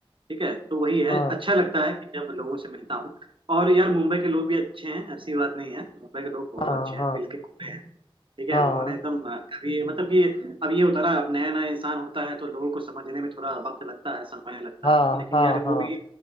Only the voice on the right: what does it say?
ठीक है तो वही
है अच्छा लगता है कि जब लोगों से मिलता हूँ और यार मुंबई के लोग भी अच्छे हैं ऐसी बात नहीं है मुंबई के लोग बहुत
अच्छे हैं
दिल के खुले हैं ठीक है
उन्होंने एकदम अभी मतलब कि अब ये होता है ना अब नया नया इंसान होता है तो लोगों को समझने में थोड़ा वक्त लगता है समय लगता
है लेकिन
यार
वो भी